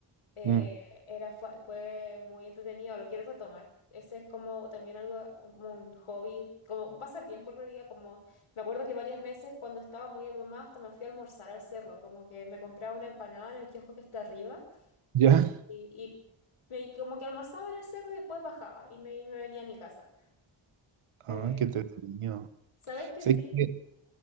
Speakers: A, on the left (about 85°); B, on the right (about 80°).
A: eh,
B: Mm.
A: era, fue, fue muy entretenido, lo quiero retomar. Ese es como también algo, como un hobby, como un pasatiempo en realidad, como me acuerdo que varias veces cuando estaba muy abrumada hasta me fui a almorzar al cerro, como que me compraba una empanada en el kiosco que está arriba
B: ya.
A: y, y, y me- y como que almorzaba en el cerro y después bajaba y me, y me venía a mi casa.
B: Ah,
A: Eh,
B: qué entretenido.
A: ¿sabes que
B: Sé
A: sí?
B: que,